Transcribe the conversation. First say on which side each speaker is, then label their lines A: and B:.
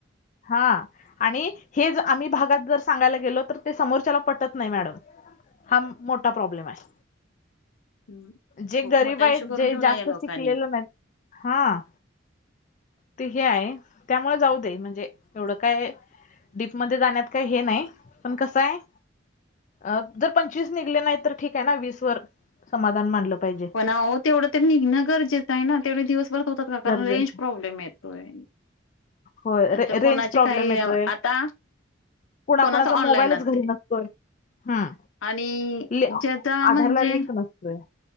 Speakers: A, on the left; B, on the left.
A: हां. आणि हे ज आम्ही भागात जर सांगायला गेलो तर ते समोरच्याला पटत नाही मॅडम. हा मोठा प्रॉब्लेम आहे.
B: हं,
A: जे
B: खूप
A: गरीब
B: मोठा
A: आहेत
B: इश्यू करून
A: जे
B: ठेवला
A: जास्त
B: या लोकांनी.
A: शिकलेलं नाहीत हां. ते हे आहे त्यामुळे जाऊ दे म्हणजे एवढं काय डीपमध्ये जाण्यात काय हे नाही पण कसं आहे अ जर पंचवीस निघले नाहीत तर ठीक आहे ना वीस वर समाधान मानलं पाहिजे.
B: ना हो तेवढं तर निघणं गरजेचं आहे ना? तेवढे दिवसभरात होतात का? कारण
A: तर
B: रेंज
A: जे-
B: प्रॉब्लेम येतोय.
A: हो
B: नंतर
A: रे
B: कोणाचे
A: रेंज प्रॉब्लेम
B: काही
A: येतोय
B: आता
A: कुणाकुणाचा
B: कोणाच ऑनलाईन
A: मोबाईलच
B: असते
A: घरी नसतोय. हां
B: आणि
A: ली
B: ज्याचा म्हणजे
A: आधारला लिंक नसतोय.